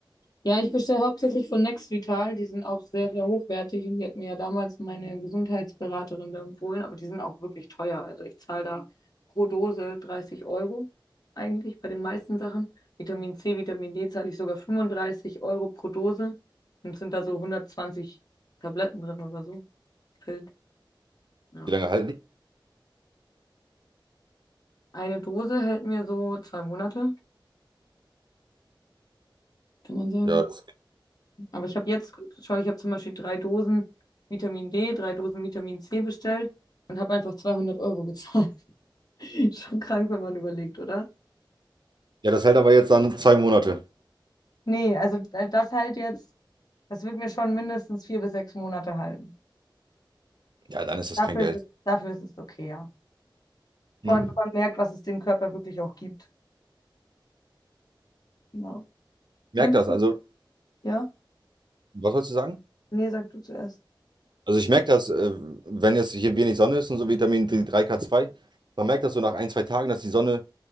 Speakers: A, on the left; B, on the right.
A: Ja, ich bestelle hauptsächlich von Next Vital. Die sind auch sehr, sehr hochwertig und die hat mir ja damals meine Gesundheitsberaterin da empfohlen, aber die sind auch wirklich teuer. Also ich zahle da pro Dose 30 Euro eigentlich bei den meisten Sachen. Vitamin C, Vitamin D zahle ich sogar 35 Euro pro Dose und sind da so hundertzwanzig Tabletten drin oder so. Pillen. Ja.
B: Wie lange halten die?
A: Eine Dose hält mir so zwei Monate, kann man sagen.
B: Ja, das,
A: Aber ich habe jetzt, schau, ich habe zum Beispiel drei Dosen Vitamin D, drei Dosen Vitamin C bestellt und habe einfach 200 Euro gezahlt. <laughs> Schon krank, wenn man überlegt, oder?
B: ja, das hält aber jetzt dann zwei Monate.
A: Nee, also da- das halt jetzt, das wird mir schon mindestens vier bis sechs Monate halten.
B: Ja, dann ist das
A: Dafür
B: kein Geld.
A: ist es, dafür ist es okay, ja.
B: Hm?
A: Vor allem, wenn man merkt, was es dem Körper wirklich auch gibt. Ja.
B: Merk
A: Nimmst
B: das.
A: du?
B: Also,
A: Ja?
B: was wolltest du sagen?
A: Nee, sag du zuerst.
B: Also, ich merke das, äh, wenn jetzt hier wenig Sonne ist und so Vitamin d drei k zwei, man merkt das so nach ein, zwei Tagen, dass die Sonne,